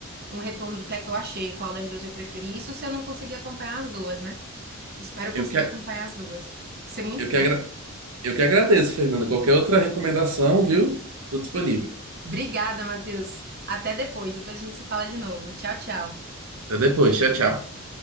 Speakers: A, on the right; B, on the right.
A: um retorno do que é que eu achei, qual das duas eu preferi. Isso se eu não conseguir acompanhar as duas, né? Espero
B: Eu
A: conseguir
B: que,
A: acompanhar as duas. Vai ser muito
B: eu que,
A: bom.
B: agra- eu que agradeço, Fernanda. Qualquer outra recomendação, viu? Tô disponível.
A: Obrigada, Matheus. Até depois. Depois a gente se fala de novo. Tchau, tchau.
B: Até depois. Tchau, tchau.